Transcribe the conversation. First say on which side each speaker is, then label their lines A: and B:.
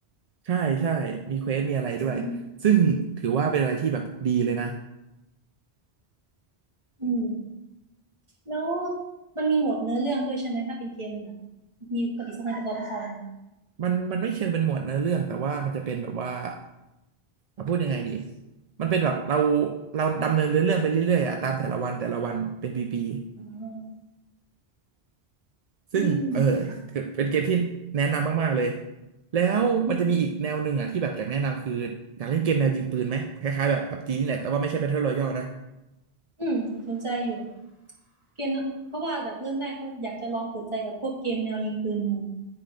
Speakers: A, on the right (about 45°); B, on the right (about 30°).
A: ใช่ใช่มีเควสมีอะไรด้วยซึ่งถือว่าเป็นอะไรที่แบบดีเลยนะ
B: อืมอืมแล้วมันมีโหมดเนื้อเรื่องด้วยใช่ไหมถ้าเป็นเกมแบบมีปฏิสัมพันธ์กับตัวละคร
A: มันมันไม่เชิงเป็นหมวดเนื้อเรื่องแต่ว่ามันจะเป็นแบบว่าอ่ะพูดยังไงดีมันเป็นแบบเราเราดำเนินเรื่องไปเรื่อยๆอ่ะตามแต่ละวันแต่ละวันเป็นปี
B: อ๋อ
A: ๆซึ่งเออคือเป็นเกมที่แนะนำมากๆเลย
B: อืม
A: แล้วมันจะมีอีกแนวหนึ่งอ่ะที่แบบอยากแนะนำคืออยากเล่นเกมแนวยิงปืนไหมคล้ายๆแบบ
B: อืม
A: PUBG นี่แหละแต่ว่าไม่ใช่ Battle Royale นะ
B: อืมสนใจอยู่เกมนะเพราะว่าแบบเริ่มแรกก็อยากจะลองเปิดใจกับพวกเกมแนวยิงปืนดู